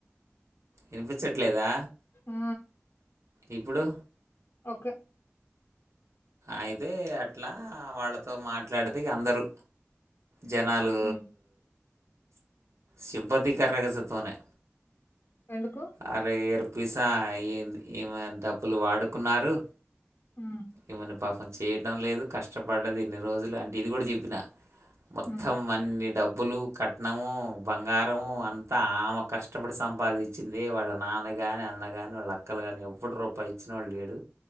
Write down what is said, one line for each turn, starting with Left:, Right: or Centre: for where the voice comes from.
Right: ఇనిపిచట్లేదా
Left: ఆ
Right: ఇప్పుడు
Left: ఒకే
Right: అయితే అట్లా వాళ్ళతో మాట్లాడితే ఇగ అందరు జనాలు
Left: హ్మ్.
Right: సిబ్బతి కర్రగసతోనె
Left: ఎందుకు?
Right: అరేరు పిసా ఏ ఏ డబ్బులు వాడుకున్నారు
Left: హ్మ్.
Right: ఇన్న పాపం చేయటం లేదు కష్టపడ్డదు ఎన్ని రోజులు అంటే ఇది కూడా చెప్పిన మొత్తం
Left: హ్మ్.
Right: అన్ని డబ్బు అబ్బులు కట్నము బంగారము అంతా ఆమె కష్టపడి సంపాదించు వచ్చింది వాళ్ళ నాన్న కాని అన్న కాని వాళ్ళ అక్కలు కాని ఎవడు రూపాయి ఇచ్చినా వాళ్ళు లేడు